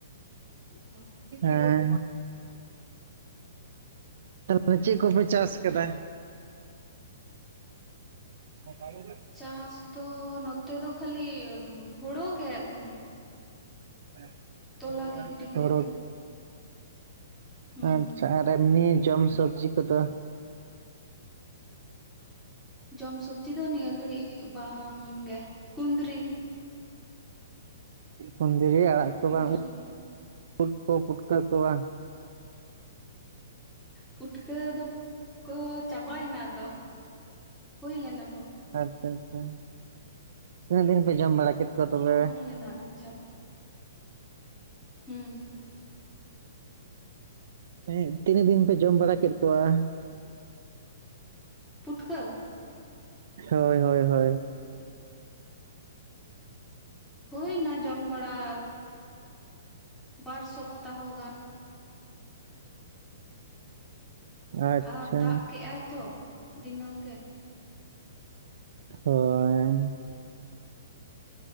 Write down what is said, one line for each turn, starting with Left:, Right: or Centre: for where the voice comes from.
Centre: ᱚ
Right: ᱮᱸ, ᱛᱟᱨ ᱯᱨᱮ ᱪᱮᱫ ᱠᱚᱯᱮ ᱪᱟᱥ ᱟᱠᱟᱫᱟ? <unintelligible>
Centre: ᱪᱟᱥ ᱫᱚ ᱱᱚᱛᱮ ᱫᱚ ᱠᱷᱟᱹᱞᱤ ᱦᱳᱲᱳ ᱜᱮ ᱮᱠᱷᱚᱱ ᱫᱚ᱾
Right: <unintelligible>
Centre: ᱛᱚᱞᱟ ᱜᱮ ᱜᱤᱰᱤ ᱦᱳᱭ
Right: ᱦᱳᱲᱳ
Centre: ᱠᱟᱱᱟ᱾ ᱦᱩᱸ
Right: ᱟᱪᱪᱷᱟ, ᱟᱨ ᱮᱢᱱᱤ ᱡᱚᱢ ᱥᱚᱵᱡᱤ ᱠᱚᱫᱚ?
Centre: ᱡᱚᱢ ᱥᱚᱵᱡᱤ ᱫᱚ ᱱᱤᱭᱟᱹ ᱜᱷᱟᱹᱲᱤᱡ ᱵᱟᱝ ᱜᱮ ᱠᱩᱸᱫᱽᱨᱤ,
Right: ᱠᱩᱸᱫᱨᱤ ᱟᱲᱟᱜ ᱠᱚ
Centre: ᱠᱩᱱᱫᱨᱤ
Right: ᱵᱟᱝ
Centre: ᱜᱮ,
Right: ᱩᱫ ᱠᱚ ᱯᱩᱴᱠᱚᱹ ᱠᱚᱭᱟ
Centre: ᱯᱩᱴᱠᱟᱹ ᱫᱚᱠᱚ ᱪᱟᱵᱟᱭᱮᱱᱟ ᱟᱫᱚ, ᱦᱩᱭ ᱞᱮᱱᱟ ᱠᱚ᱾
Right: ᱟᱪᱪᱷᱟ, ᱟᱪᱪᱷᱟ, ᱛᱤᱱᱟᱹᱜ ᱫᱤᱱ ᱯᱮ ᱡᱚᱢ ᱵᱟᱲᱟ ᱠᱮᱫ
Centre: ᱯᱩᱴᱠᱟᱹ
Right: ᱠᱚᱣᱟ ᱛᱚᱵᱮ?
Centre: ᱠᱚ ᱚᱢᱚᱱ ᱞᱮᱱᱟ ᱟᱫᱚ ᱪᱟᱵᱟ, ᱦᱩᱸ
Right: ᱢᱮᱱᱤ ᱛᱤᱱᱟᱹᱜ ᱫᱤᱱ ᱯᱮ ᱡᱚᱢ ᱵᱟᱲᱟ ᱠᱮᱫ ᱠᱚᱣᱟ?
Centre: ᱯᱩᱴᱷᱠᱟᱹ
Right: ᱦᱳᱭ ᱦᱳᱭ ᱦᱳᱭ,
Centre: ᱦᱳᱭᱱᱟ ᱡᱚᱢ ᱵᱟᱲᱟ ᱵᱟᱨ ᱥᱚᱯᱛᱟᱦᱚ ᱜᱟᱱ᱾
Right: ᱟᱪᱪᱷᱟ
Centre: ᱟᱨ ᱫᱟᱜ ᱠᱮᱜᱟᱭ ᱛᱚ ᱫᱤᱱᱟᱹᱢ ᱜᱮ,
Right: ᱦᱳᱭᱻ